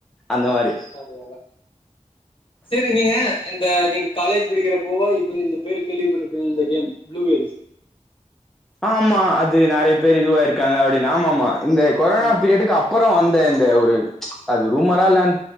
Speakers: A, in the centre; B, on the left.
A: அந்த மாரி
B: பாரவால சேரி நீங்க இந்த நீங் காலேஜ் படிக்கிறப்போ இப்ப இந்த பேரு கேள்விப்பட்டுருப்பீங்க இந்த கேம் ப்ளூவேல்ஸ்
A: ஆமா அது நெறையா பேரு இதுவாயிருக்காங்க அப்டின்னு ஆமாமா இந்த கொரோனா
B: ஆமா
A: பீரியடுக்கு அப் அப்புறோ வந்த இந்த ஒரு அது ரூமரா இல்ல